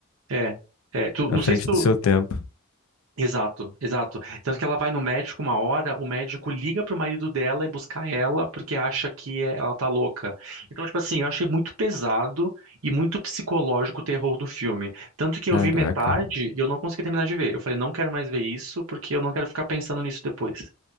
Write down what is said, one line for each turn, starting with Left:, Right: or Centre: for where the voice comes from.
Right: é, é, tu,
Left: à
Right: não
Left: frente
Right: sei se tu
Left: do seu tempo.
Right: Exato, exato. Tanto que ela vai no médico uma hora, o médico liga pro marido dela e busca ela porque acha que é- ela tá louca. Então, tipo assim, eu achei muito pesado e muito psicológico o terror do filme. Tanto que
Left: Caraca,
Right: eu vi metade e eu não consegui terminar de ver. Eu falei, não quero mais ver isso porque eu não quero ficar pensando nisso depois.